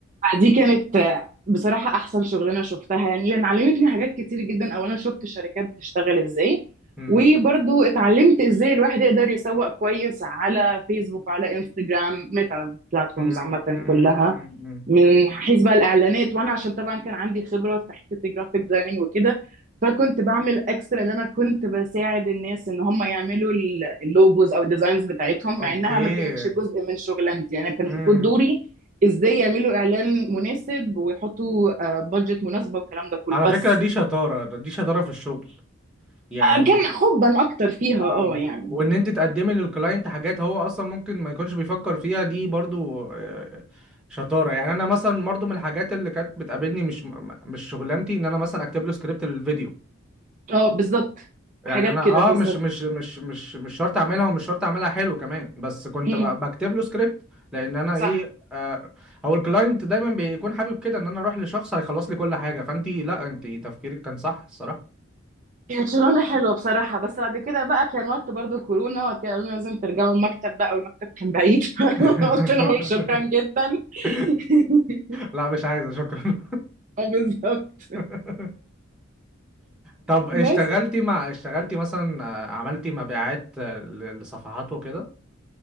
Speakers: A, on the right (about 40°); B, in the centre.
A: فدي كانت آه، بصراحة أحسن شغلانة شفتها يعني لأن علمتني حاجات كتير جدا أولا شفت الشركات بتشتغل إزاي
B: مم.
A: وبرضو اتعلمت إزاي الواحد يقدر يسوق كويس على فيسبوك على انستجرام ميتا بلاتفورمز
B: مم.
A: عامة
B: مم.
A: كلها
B: مم. مم.
A: من حيث بقى الإعلانات وأنا عشان طبعا كان عندي خبرة في حتة الجرافيك ديزايننج وكده فكنت بعمل اكسترا ان انا كنت بساعد الناس ان هم يعملوا ال- اللوجوز او الديزاينز بتاعتهم
B: اوكي
A: مع انها ما كانتش جزء من شغلانتي يعني كان
B: مم.
A: المفروض دوري ازاي يعملوا اعلان مناسب ويحطوا بادجت مناسبه والكلام ده كله
B: على
A: بس
B: فكرة دي شطارة دي شطارة في الشغل يعني
A: آه، كان حبا اكتر فيها
B: اه
A: اه يعني
B: وان انت تقدمي للكلاينت حاجات هو اصلا ممكن ما يكونش بيفكر فيها دي برضو آه، شطاره يعني انا مثلا برضو من الحاجات اللي كانت بتقابلني مش م- مش شغلانتي ان انا مثلا اكتب له سكريبت للفيديو
A: اه بالظبط
B: يعني
A: حاجات
B: انا
A: كده
B: اه
A: بالظبط
B: مش مش مش مش مش شرط اعملها ومش شرط اعملها حلو كمان بس كنت
A: امم
B: ب- بكتب له سكريبت لان انا
A: صح
B: ايه آه هو الكلاينت دايما بيكون حابب كده ان انا اروح لشخص هيخلص لي كل حاجه فانت لا انت تفكيرك كان صح الصراحه
A: كانت شغلانه حلوه بصراحه بس بعد كده بقى كان وقت برضو كورونا وكان قالوا لنا لازم ترجعوا المكتب بقى والمكتب كان بعيد
B: <laughs>
A: <laughs> قلت لهم شكرا جدا <laughs>
B: <laughs> لا مش عايزة شكرا
A: آه، بالظبط
B: <laughs> طب اشتغلتي
A: بس
B: مع اشتغلتي مثلا آه، عملتي مبيعات آه، ل- لصفحات وكده